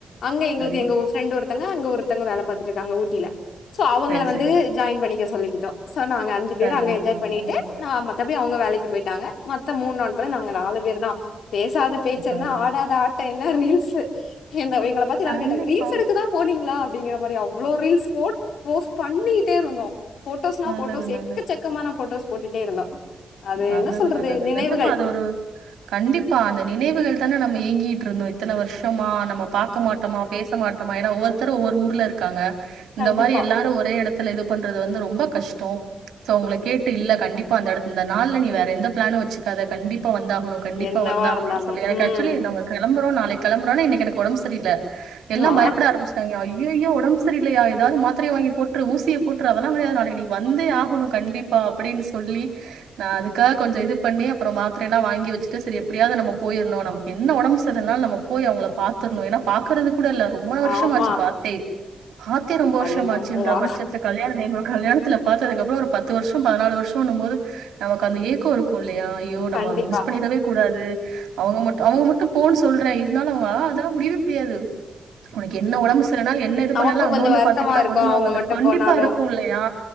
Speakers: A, on the left; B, on the right.
A: அங்க எங்களுக்கு
B: சரி.
A: எங்க ஃப்ரெண்ட் ஒருத்தங்க அங்க ஒருத்தங்க வேல பாத்திட்டுருக்காங்க ஊட்டில சோ அவங்கல
B: சரி,
A: வந்து
B: சரி.
A: ஜாயின் பண்ணிக்க சொல்லிக்கிட்டோ சோ நாங்க அஞ்சு பேர்
B: சந்தோஷம்.
A: அங்க எஞ்ஜாய் பண்ணிட்டு
B: ம்.
A: நா மத்தபடி அவங்க வேலைக்கு போயிட்டாங்க மொத்த மூணு நாட்களு நாங்க நாலு பேர்தா பேசாத பேச்சென்ன
B: நல்லது.
A: ஆடாத ஆட்டோ என்ன ரீல்ஸ் எங்க எங்கள பாத்து எல்லாரு
B: கண்டிப்பா.
A: கேட்டாங்க ரீல்ஸ் எடு க்கதா போனீங்களா அப்டிங்கிற மாரி அவ்ளோ ரீல்ஸ் போட் போஸ்ட் பண்ணிட்டே இருந்தோ போட்டோஸ்னா
B: நல்லது,
A: போட்டோஸ்
B: நல்லது.
A: எக்கச்சக்கமான போட்டோஸ் போட்டுட்டே இருந்தோ அது
B: நல்லது
A: என்ன சொல்றது
B: நல்லது
A: நினைவுகள்
B: நெஜமா அது ஒரு கண்டிப்பா அந்த நினைவுகள் தான நம்ம ஏங்கிட்டுருந்தோ இத்தன வர்ஷமா நம்ம பாக்க மாட்டோமா பேச மாட்டமா ஏனா ஒவ்வொருத்தரு ஒவ்வொரு ஊர்ல இருக்காங்க இந்த
A: கண்டிப்பா
B: மாரி எல்லாரு ஒரே எடத் துல இது பண்றது வந்து ரொம்ப கஷ்டோ சோ அவங்கள கேட்டு இல்ல கண்டிப்பா அந்த எடத் இந்த நாள்ல நீ வேற எந்த பிளானு வச்சுக்காத கண்டிப்பா வந்தாகணு கண்டிப்பா
A: என்னவா
B: வந்தாகணுனு
A: இருந்தாலும்
B: சொல்லி எனக்கு
A: ம்
B: ஆக்சுலி நா உங்க கெளம்பறோ நாளைக் கெளம்பறோன்னா இன்னைக்கு எனக்கு ஒடம் செரியில்ல எல்லா
A: ஆ
B: பயப்பட ஆரம்மிச்சுட்டாங்க ஐயையோ ஒடம்பு செ செரில்லையா எதாவ்து மாத்தரைய வாங்கி போற்று ஊசிய போற்று அதெல்லா முடியாது நாளைக்கு நீ வந்தே ஆகணு கண்டிப்பா அப்டின்னு சொல்லி நா அதுக்காக கொஞ்சோ இது பண்ணி அப்றோ மாத்தர எல்லா வாங்கி வெச்சுட்டு சரி எப்டியாது நம்ம போயிரணு நமக் கென்ன ஒடம்பு சர்லனாலு நம்ம போய் அவங்கள பாத்தரணு ஏனா பாக்குறது கூட இல்ல ரொம்போன வருஷோ
A: ஆமா
B: ஆச்சு பாத்தே பாத்தே ரொம்பொ வருஷோமாச்சுன்ற
A: அது என்னதா
B: பட்சத்துல கல்யாணத்த எங்க கல்யாணத்துல பாத்ததுக்கப்றோ ஒரு பத்து வர்ஷோ பதினாலு வர்ஷோனும்போது நமக்கு அந்த ஏக்கோ இருக் கு இல்லயா ஐயோ நம்ம
A: கண்டிப்பா
B: மிஸ் பண்ணிறவே கூடாது அவங்க மட்டு அவங்க மட்டு போனு சொல்ற இருந்தாலு வா அதெல்லா முடியவே முடியாது ஒனக்கு என்ன ஒடம்பு சர்லனாலு என்ன இது
A: நமக்கு
B: பண்ணாலு அங்க
A: கொஞ்சோ
B: வந்து
A: வருத்தமா
B: பாத்துக்கலா
A: இருக்கு
B: ஒழுங்கா
A: அவங்க
B: வந்துரு
A: மட்டு
B: கண்டிப்பா
A: போனாலு
B: இருக்கு இல்லையா